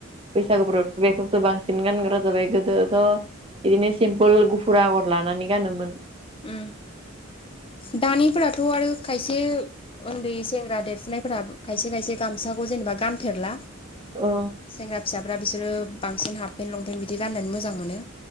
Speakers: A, on the right; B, on the left.
A: बैसागुफोरावथ' बेखौसो बांसिन गानग्रा जाबाय गोदोथ' बिदिनो सिमपोल गुफुर आगर लानानै गानोमोन।
B: उम। दानिफोराथ' आरो खायसे उन्दै सेंग्रा देरफुनायफोरा खायसे खायसे गामसाखौ जेनेबा गानफेरला।
A: औ
B: सेंग्रा फिसाफ्रा बिसोरो बांसिन हाफपेन्ट लंपेन्ट बिदि गाननानै मोजां मोनो।